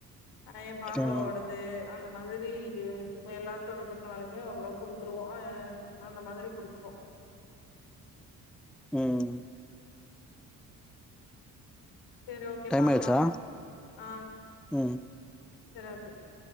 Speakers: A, on the left (about 65°); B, in the centre.
A: அ எ பாப்பாவோடது
B: ம்
A: அந் அந்த மாதிரி எல்லாத்தோட பெறந்த நாளைக்குமே ஓரளவு குடுத்துடுவோ அ அந்த மாதிரி குடுத்துப்போ
B: ம்
A: செரி ஓகே
B: டைம்
A: பாக்கலா
B: ஆயிடுச்சா
A: ஆ
B: ம்
A: செரி ஓகே